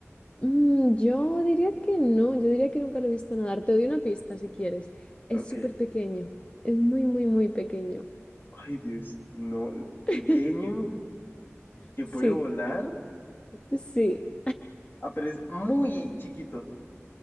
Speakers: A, on the left (about 25°); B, on the left (about 45°).
A: Mm, yo diría que no, yo diría que nunca lo he visto nadar. Te doy una pista si quieres. Es
B: Ok.
A: súper pequeño, es muy, muy, muy pequeño.
B: Ay, Dios, no.
A: <laughs>
B: Pequeño, que
A: Sí,
B: puede volar.
A: sí.
B: Ah, pero es muy chiquito.